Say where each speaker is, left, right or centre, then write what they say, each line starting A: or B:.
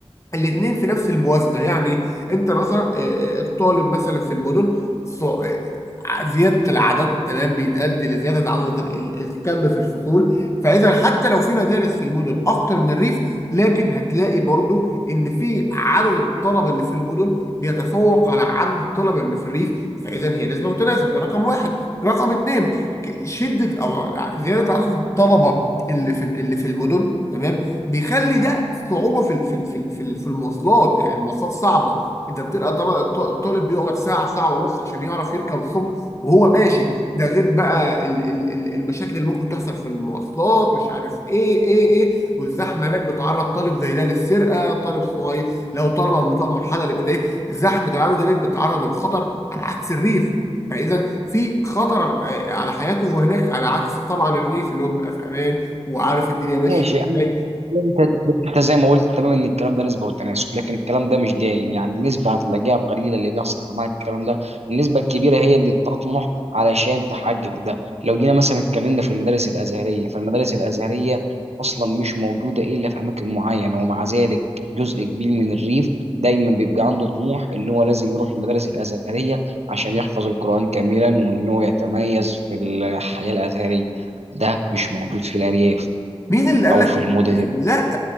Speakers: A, on the left; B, on the right.
A: الاثنين في نفس الموازنه يعني انت مثلا آه، آه، الطالب مثلا في المدن ص- آه، زياده العدد تمام بيؤدي لزياده عدد ال- ال- الكم في الفصول فاذا حتى لو في مدارس في المدن اكتر من الريف لكن هتلاقي برضو ان في عدد الطلبه اللي في المدن بيتفوق على عدد الطلبه اللي في الريف فاذا هي نسبه وتناسب ده رقم واحد رقم اثنين شده او زياده عدد الطلبه اللي في اللي في المدن تمام بيخلي ده صعوبة في ال- في ال- في ال- في ال- في المواصلات يعني المواصلات صعبة انت بتبقى طبعا الط- الطالب بيقعد ساعة ساعة ونص عشان يعرف يركب الصبح وهو ماشي ده غير بقى ال- ال- ال- المشاكل اللي ممكن تحصل في المواصلات مش عارف ايه ايه ايه والزحمة هناك بتعرض طالب زي ده للسرقة طالب صغير لو طلبة من بتوع المرحلة الابتدائية الزحمة اللي عنده هناك بتعرضه للخطر على عكس الريف فاذا في خطر آه، على حياته هناك على عكس طبعا الريف اللي هو بيبقى في امان وعارف الدنيا ماشيه
B: ماشي يعني
A: ازاي
B: انت انت زي ما قلت تمام ان الكلام ده نسبه وتناسب لكن الكلام ده مش دايم يعني النسبه هتلاقيها قليله اللي بيحصل معاك الكلام ده النسبه الكبيره هي اللي بتطمح علشان تحقق ده لو جينا مثلا اتكلمنا في المدارس الازهريه فالمدارس الازهريه اصلا مش موجوده الا في اماكن معينه ومع ذلك جزء كبير من الريف دايما بيبقى عنده طموح ان هو لازم يروح المدارس الازهريه عشان يحفظ القران كاملا وان هو يتميز في الحياه الازهريه ده مش موجود في الارياف
A: مين اللي قال
B: او
A: لك
B: في المدن
A: يعني
B: اللي-
A: لا